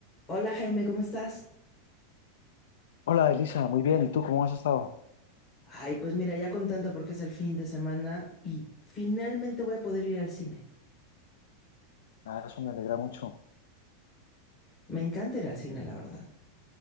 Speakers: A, on the left; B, on the left.
A: Hola Jaime, ¿cómo estás?
B: Hola Elisa, muy bien. ¿Y tú cómo has estado?
A: Ay, pues mira, ya contenta porque es el fin de semana y finalmente voy a poder ir al cine.
B: Ah, eso me alegra mucho.
A: Me encanta ir al cine, la verdad.